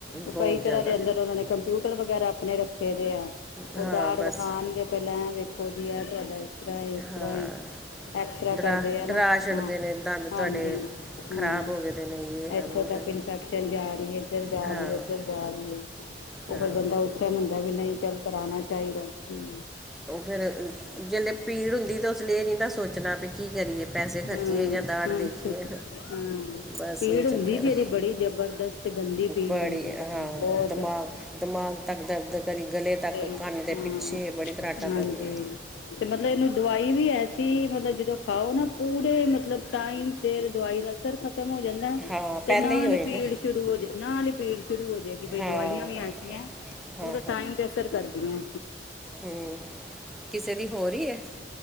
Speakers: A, on the left; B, in the centre.
A: ਉਹ
B: ਬਹੁਤ
A: ਕਈ
B: ਜ਼ਿਆਦਾ
A: ਤਰ੍ਹਾਂ ਦੇ ਅੰਦਰ ਉਹਨਾਂ ਨੇ ਕੰਪਿਊਟਰ ਵਗੈਰਾ ਆਪਣੇ ਰੱਖੇ ਦੇ ਆ
B: ਹਾਂ
A: ਉ ਦਾੜ
B: ਬਸ
A: ਵਖਾਣਗੇ ਪਹਿਲਾਂ ਵੇਖੋ ਵੀ ਹੈ ਤੁਹਾਡਾ ਇਸ ਤਰ ਹੈ ਉਸ
B: ਹਾਂ
A: ਤਰ੍ਹਾਂ ਐਕਸਰਾ
B: ਡਰਾ
A: ਕਰਦੇ ਆ
B: ਡਰਾ
A: ਨਾ
B: ਛੱਡਦੇ
A: ਹਾਂ
B: ਨੇ ਦੰਦ ਤੁਹਾਡੇ
A: ਹਾਂਜੀ ਹਮ
B: ਖਰਾਬ ਹੋ ਗਏ ਦੇ ਨੇ ਇਹ ਹੈ
A: ਇੱਥੋਂ
B: ਉਹ
A: ਤੱਕ
B: ਹੈ
A: ਇਨਫੈਕਸ਼ਨ ਜਾ ਰਹੀ ਇੱਧਰ ਜਾ
B: ਹਾਂ
A: ਰਹੀ ਉੱਧਰ ਜਾ ਰਹੀ ਹੈ ਉਹ
B: ਹਾਂ
A: ਫਿਰ ਬੰਦਾ ਉਸ ਟਾਈਮ ਹੁੰਦਾ ਵੀ ਨਹੀਂ ਚੱਲ ਕਰਾਉਣਾ ਚਾਹੀਦਾ ਹ
B: ਉਹ ਫਿਰ ਜਿਸ ਦੇ ਭੀੜ ਹੁੰਦੀ ਤਾਂ ਉਸ ਲਈ ਇਹ ਨਹੀਂ ਨਾ ਸੋਚਣਾ ਵੀ ਕੀ ਕਰੀਏ ਪਸੇ ਖਰਚਏ
A: ਹਾਂ
B: ਜਾਂ ਦਾੜ
A: ਹਾਂਜੀ
B: ਦੇਖਏ
A: ਹਾਂ
B: ਬਸ
A: ਪੀੜ
B: ਇਹ ਚੱਕਰ
A: ਹੁੰਦੀ ਵੀ ਇਹਦੀ ਬੜੀ ਜ਼ਬਰਦਸਤ ਤੇ ਗੰਦੀ ਪੀੜ
B: ਬੜੀ
A: ਹੁੰਦੀ ਹੈ
B: ਹਾਂ
A: ਬਹੁਤ
B: ਦਿਮਾਗ ਦਿਮਾਗ ਤੱਕ ਦਰਦ ਕਰਦੀ ਗਲੇ ਤੱਕ
A: ਤੇ
B: ਕੰਨ ਦੇ
A: ਹਾਂ
B: ਪਿੱਛੇ ਬੜੀ ਤਰਾਟਾਂ
A: ਹਾਂਜੀ
B: ਪੈਂਦੀਆਂ
A: ਤੇ ਮਤਲਬ ਇਹਨੂੰ ਦਵਾਈ ਵੀ ਹੈ ਅਸੀਂ ਮਤਲਬ ਜਦੋਂ ਖਾਓ ਨਾ ਪੂਰੇ ਮਤਲਬ ਟਾਈਮ ਸੇਰ ਦਵਾਈ ਦਾ ਅਸਰ ਖ਼ਤਮ ਹੋ ਜਾਂਦਾ
B: ਹਾਂ
A: ਤੇ
B: ਪਹਿਲੇ
A: ਨਾਲ
B: ਹੋਏਗਾ
A: ਹੀ ਪੀੜ ਸ਼ੁਰੂ ਹੋ ਜਾ ਨਾੀ ਪੀੜ ਸ਼ੁਰੂ ਹੋ ਜਾਏਗੀ ਬਈ
B: ਹਾਂ
A: ਦਵਾਈਆਂ ਵੀ ਐਸੀਆਂ
B: ਹਾਂ
A: ਪੂਰਾ ਟਾਈਮ ਤੇ ਅਸਰ ਕਰਦੀ
B: ਹਮ ਕਿਸੇ ਦੀ ਹੋਰ ਹੀ ਹੈ